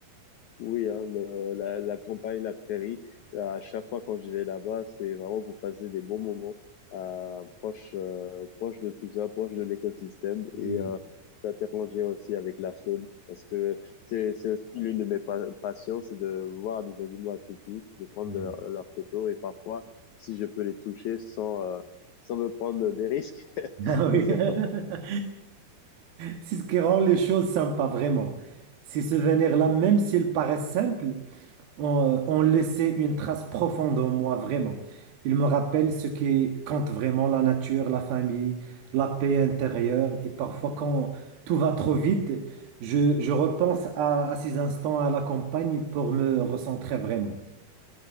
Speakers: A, on the left; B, on the right.
A: Oui, hein, le- la, la campagne, la prairie, euh, à chaque fois quand je vais là-bas, c'est vraiment pour passer des bons moments euh, proche, euh, proche de tout ça, proche de l'écosystème et
B: Oui.
A: euh, t'interroger aussi avec la faune parce que c'est, c'est aussi l'une de mes pa- passions, c'est de voir des animaux atypiques, de prendre
B: Voilà.
A: de leur- leurs photos et parfois, si je peux les toucher sans, euh, sans me prendre des risques, <laughs>
B: Ah oui.
A: ça c'est fun.
B: <laughs> C'est ce qui rend les choses sympas, vraiment. Ces souvenirs-là, même s'ils paraissent simples, ont, ont laissé une trace profonde en moi, vraiment. Ils me rappellent ce qui compte vraiment, la nature, la famille, la paix intérieure. Et parfois, quand tout va trop vite, je, je repense à, à ces instants à la campagne pour me recentrer vraiment.